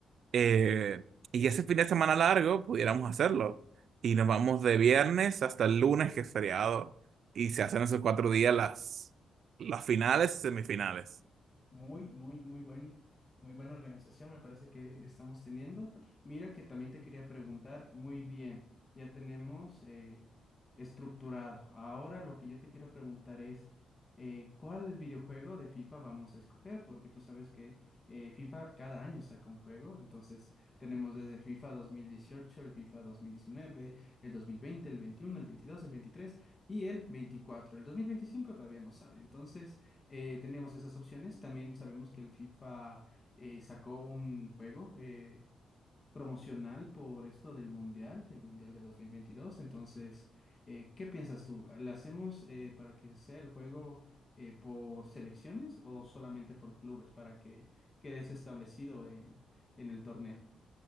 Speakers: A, on the right; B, on the left.
A: eh, y ese fin de semana largo pudiéramos hacerlo. Y nos vamos de viernes hasta el lunes, que es feriado. Y se hacen esos cuatro días las, las finales y semifinales.
B: Muy, muy, muy buen, muy buena organización me parece que estamos teniendo. Mira que también te quería preguntar, muy bien, ya tenemos eh, estructurado. Ahora lo que yo te quiero preguntar es, eh, ¿cuál videojuego de FIFA vamos a escoger? Porque tú sabes que eh, FIFA cada año saca un juego, entonces tenemos desde el FIFA 2018 el FIFA 2019 el 2020 el 21 el 22 el 23 y el veinticuatro El 2025 todavía no sale, entonces eh, tenemos esas opciones. También sabemos que el FIFA eh, sacó un juego eh, promocional por esto del Mundial, el Mundial de 2022. Entonces, eh, ¿qué piensas tú? ¿La hacemos eh, para que sea el juego eh, por selecciones o solamente por clubes para que quede eso establecido en, en el torneo?